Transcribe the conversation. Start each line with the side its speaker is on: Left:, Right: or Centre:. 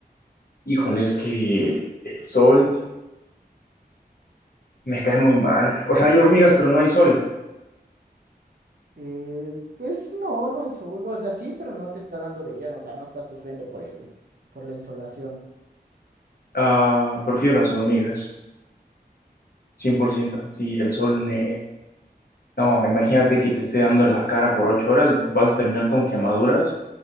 Left: Híjole, es que el sol me cae muy mal. O sea, hay hormigas, pero no hay sol.
Right: Eh, pues no, no hay sol, o sea, sí, pero no te está dando de lleno, o sea, no estás sufriendo por el, por la insolación.
Left: Ah, prefiero las hormigas, 100%. Sí, el sol me... No, imagínate que te esté dando la cara por ocho horas, vas a terminar con quemaduras